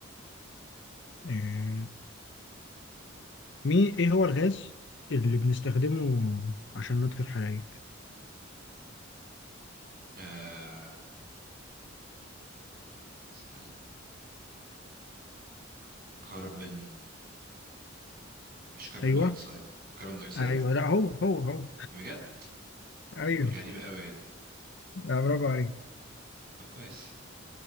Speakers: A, on the left (about 60°); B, on the right (about 45°).
A: آه. مين ايه هو الغاز اللي بنستخدمه عشان نطفي الحرايق
B: آه استنى كربون مش كربون
A: ايوه
B: دايوكسيد كربون دايوكسيد
A: ايوه لا هو هو هو
B: بجد
A: ايوه
B: غريبة قوي
A: لا برافو عليك
B: طب كويس